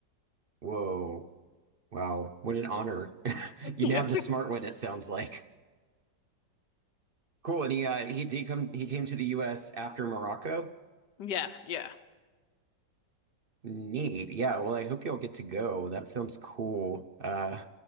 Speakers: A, on the right (about 50°); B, on the left (about 70°).
A: Whoa. Wow, what an honor. <laughs>
B: <laughs>
A: You
B: Yeah.
A: nabbed a smart one, it sounds like. Cool. And he uh he he come he came to the US after Morocco.
B: Yeah, yeah.
A: Neat. Yeah, well I hope y'all get to go. That sounds cool. Uh